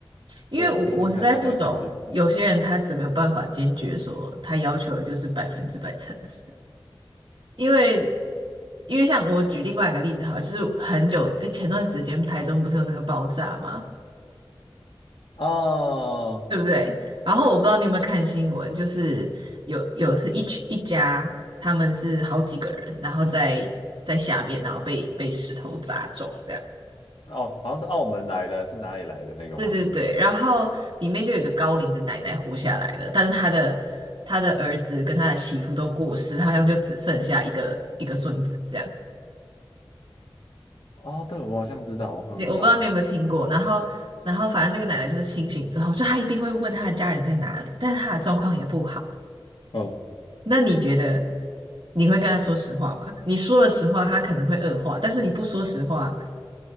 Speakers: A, on the right; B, on the left.
A: 因为我我实在不懂，
B: 对，我觉得很看当下情境。
A: 有些人他怎么有办法坚决说他要求的就是百分之百诚实。因为因为像我举另外一个例子好了就是很久，诶前段时间台中不是有那个爆炸吗？
B: 哦
A: 对不对？然后我不知道你有没有看新闻，就是有有是一群一家，他们是好几个人，然后在在下面，然后被被石头砸中这样。
B: 哦，好像是澳门来的还是哪里来的那个吗？
A: 对对对，然后里面就有一个高龄的奶奶活下来了，但是她的她的儿子跟她的媳妇都过世，好像就只剩下一个一个孙子这样。
B: 哦，对，我好像知道，我好像知道。
A: 你我不知道你有没有听过，然后然后反正那个奶奶就是清醒之后，就她一定会问她的家人在哪里，但她的状况也不好。
B: 嗯，
A: 那你觉得你会跟她说实话吗？你说了实话，她可能会恶化，但是你不说实话，